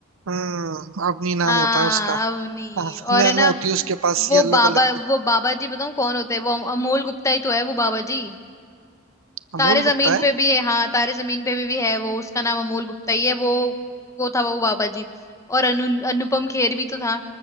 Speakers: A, on the right; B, on the left.
A: हम्म अवनी नाम
B: हाँ
A: होता है उसका
B: अवनी
A: हाँ
B: और
A: नैनो
B: है ना
A: होती है उसके पास
B: वो
A: येलो
B: बाबा
A: कलर की
B: वो बाबा जी बताऊं कौन होते हैं वो अमोल गुप्ता ही तो है वो बाबा जी तारे
A: अमूल
B: जमीन
A: गुप्ता है
B: पे भी है हाँ तारे जमीन पे भी, भी है वो उसका नाम अमोल गुप्ता ही है वो वो था वो बाबा जी और अनु अनुपम खेर भी तो था